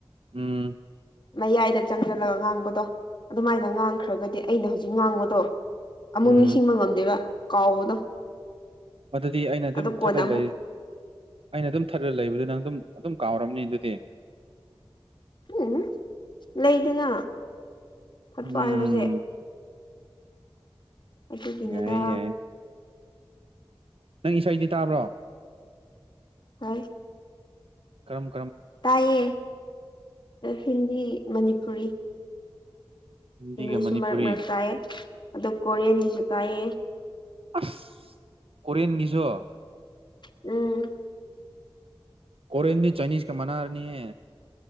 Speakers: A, on the right; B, on the left.
A: ꯎꯝ
B: ꯃꯌꯥꯏꯗ ꯆꯪꯖꯜꯂꯒ ꯉꯥꯡꯕꯗꯣ ꯑꯗꯨꯃꯥꯏꯅ ꯉꯥꯡꯈ꯭ꯔꯒꯗꯤ ꯑꯩꯅ ꯍꯧꯖꯤꯛ ꯉꯥꯡꯕꯗꯣ ꯑꯃꯨꯛ
A: ꯎꯝ
B: ꯅꯤꯡꯁꯤꯡꯕ ꯉꯝꯗꯦꯕ ꯀꯥꯎꯕꯗꯣ
A: ꯑꯗꯨꯗꯤ ꯑꯩꯅ ꯑꯗꯨꯝ
B: ꯑꯗꯣ ꯀꯣꯟꯅ
A: ꯊꯠꯂ
B: ꯑꯃꯨꯛ
A: ꯂꯩ ꯑꯩꯅ ꯑꯗꯨꯝ ꯊꯠ ꯈꯔ ꯂꯩꯕꯗꯨ ꯅꯪ ꯑꯗꯨꯝ ꯑꯗꯨꯝ ꯀꯥꯎꯔꯝꯅꯤ ꯑꯗꯨꯗꯤ
B: ꯎꯝ ꯂꯩꯗꯅ ꯊꯠꯄꯕ
A: ꯎꯝ
B: ꯍꯥꯏꯕꯁꯦ ꯑꯗꯨꯒꯤꯅꯤꯗ
A: ꯌꯥꯏ ꯌꯥꯏ ꯅꯪ ꯏꯁꯩꯗꯤ ꯇꯥꯕ꯭ꯔꯣ
B: ꯇꯥꯏ
A: ꯀꯝ
B: ꯇꯥꯏꯌꯦ ꯍꯤꯟꯗꯤ ꯃꯅꯤꯄꯨꯔꯤ
A: ꯍꯤꯟꯗꯤꯒ
B: ꯏꯪꯂꯤꯁꯁꯨ
A: ꯃꯅꯤꯄꯨꯔꯤ
B: ꯃꯔꯛ ꯃꯔꯛ ꯇꯥꯏꯌꯦ ꯑꯗꯨ ꯀꯣꯔꯤꯌꯟꯒꯤꯁꯨ ꯇꯥꯏꯌꯦ
A: ꯑꯁ ꯀꯣꯔꯦꯟꯒꯤꯁꯨ
B: ꯎꯝ
A: ꯀꯣꯔꯤꯌꯟꯗꯤ ꯆꯥꯏꯅꯤꯖ ꯀ ꯃꯅꯥꯔꯅꯤ ꯌꯦ